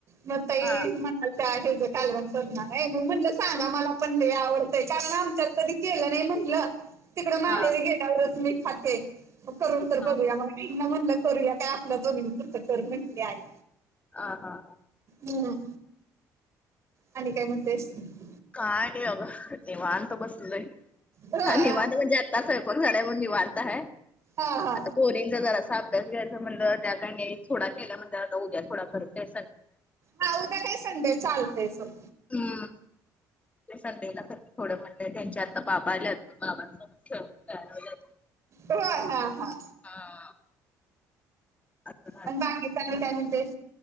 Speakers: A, on the right; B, on the left.
A: मग त
B: हा
A: म्हणायच हे ज कालवण करणार आहे मग म्हटलं सां ना मला पण हे आवडत. कारण आमच्यात कधी केलं नाही म्हणलं तिकडं माहेरी
B: हा.
A: गेल्यावर त मी खाते. मग करून तर
B: हा
A: बघूया मगना म्हणलं करूया काय आपल्या दोघं पुरता कर म्हटले आई.
B: हा हा
A: हम्म आणि काय म्हणतेस नाही?
B: काय नाही अग निवांत बसलंय
A: हा
B: निवांत म्हणजे. आता स्वयंपाक झाला मग निवांत आहे.
A: हा हा
B: पोरिनचा जरा असा अभ्यास घ्यायचा म्हणलं त्या का थोडा केल्या म्हणे आता उद्या थोडा करते.
A: हा उद्या काय संडे चालत स.
B: हम्म संडेला तर मी थोड म्हणले त्यांच्या आता बाबा बाबा सोबत खेळून घे.
A: हो हा हा.
B: हा असं झालं.
A: आणि बाकी का नाही काय म्हणतेस